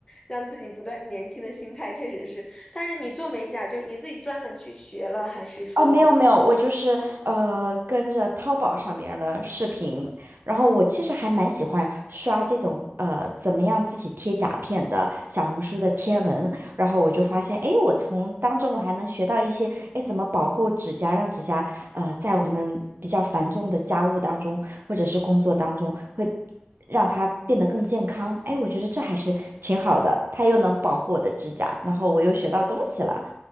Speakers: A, on the left; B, on the right.
A: 让自己不断年轻的心态，确实是。但是你做美甲，就是你自己专门去学了，还是说？
B: 哦，没有没有，我就是呃跟着淘宝上边儿的视频，然后我其实还蛮喜欢刷这种呃怎么样自己贴甲片的小红书的贴文，然后我就发现，哎，我从当中我还能学到一些，哎，怎么保护指甲，让指甲呃在我们比较繁重的家务当中或者是工作当中会让它变得更健康，哎，我觉得这还是挺好的，它又能保护我的指甲，然后我又学到东西了。